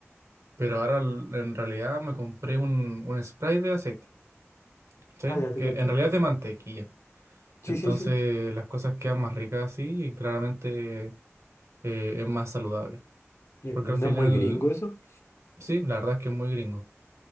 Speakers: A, on the right; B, on the left.
A: Pero ahora l- en realidad me compré un, un spray de aceite, ¿cachai?
B: Ah, ya te
A: Que
B: cacho.
A: en realidad es de mantequilla.
B: Sí,
A: Entonces
B: sí, sí.
A: las cosas quedan más ricas así y claramente eh, es más saludable.
B: Eh,
A: Porque
B: No
A: al final,
B: es muy gringo eso.
A: sí, la verdad es que es muy gringo,